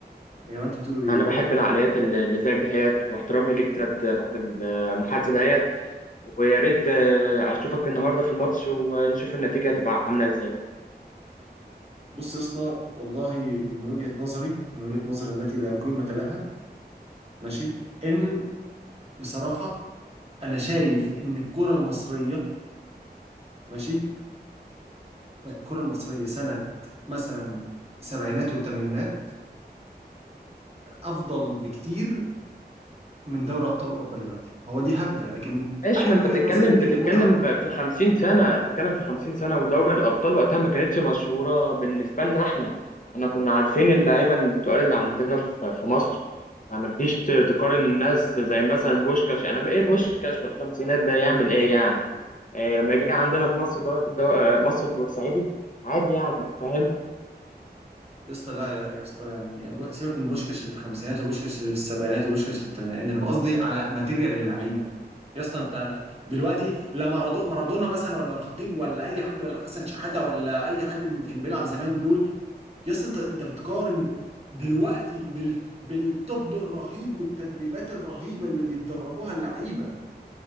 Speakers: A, on the right; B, on the left.
A: يا جماعه انتوا بتقولوا ايه
B: انا بحب العقليات اللي اللي زيك دهيت واحترامي ليك زاد بعد المحادثة دهيت ويا ريت آه، اشوفك النهارده في الماتش ونشوف النتيجه هتبقى عامله ازاي
A: بص يا اسطى والله من وجهه نظري من وجهه نظري التي لا قيمه لها ماشي ان بصراحه انا شايف ان الكره المصريه ماشي الكره المصريه سنه مثلا السبعينات والثمانينات افضل بكتير من دوري ابطال اوروبا دلوقتي هو دي هبده لكن
B: ماشي
A: انا
B: ما
A: من
B: انت
A: وجهه
B: بتتكلم
A: نظري ان كانت
B: بتتكلم
A: المتعه اكتر
B: في 50 سنه بتتكلم في 50 سنه ودوري الابطال وقتها ما كانتش مشهوره بالنسبه لنا احنا احنا كنا عارفين اللعيبه التقال اللي عندنا في في مصر فما تجيش ت- تقارن الناس زي مثلا بوشكاش يعني ايه بوشكاش في الخمسينات ده يعمل ايه يعني إيه لما يجي عندنا في مصر ضرب الدو... آه، مصر البورسعيدي عادي يعني فاهم
A: يا اسطى لا لا يا اسطى يعني سيبك من بوشكاش اللي في الخمسينات وبوشكاش اللي في السبعينات وبوشكاش اللي في الثمانينات انا بقصدي على ماتيريال اللعيبه يا اسطى انت انا دلوقتي لا مارادو مارادونا مثلا ولا الخطيب ولا اي حد ولا حسن شحاته ولا اي حد من اللي كان بيلعب زمان دول يا اسطى انت انت بتقارن دلوقتي بال... بالطب الرهيب والتدريبات الرهيبه اللي بيتدربوها اللعيبه